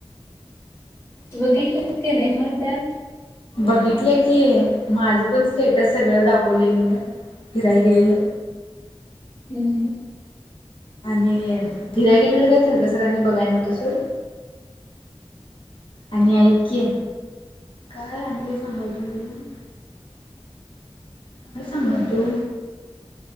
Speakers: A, on the left; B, on the left.
A: बघितलं होते नाही मद्या
B: बघितलं की. माझं पण स्टेटस सगळं दाखवले मी ना. फिराय गेलेलं.
A: हम्.
B: आणि फिराय गेलेलं काय थरकसरांनी बघाय नव्हतं सोड आणि ऐक की काय आणि काय सांगलतो तुला काय सांगलतो